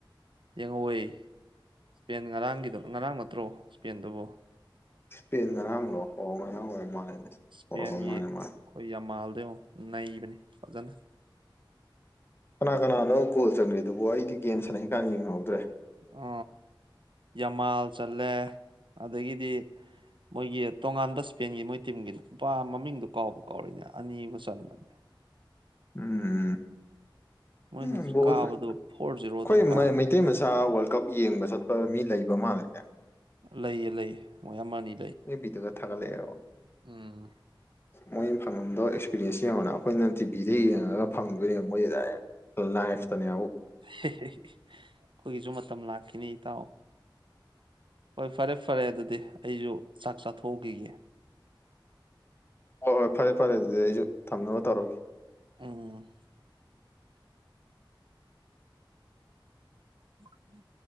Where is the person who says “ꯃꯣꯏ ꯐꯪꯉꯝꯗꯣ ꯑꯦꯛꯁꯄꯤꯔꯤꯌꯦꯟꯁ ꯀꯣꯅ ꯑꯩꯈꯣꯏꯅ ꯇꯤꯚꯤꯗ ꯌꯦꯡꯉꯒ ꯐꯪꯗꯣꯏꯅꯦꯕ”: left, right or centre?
Left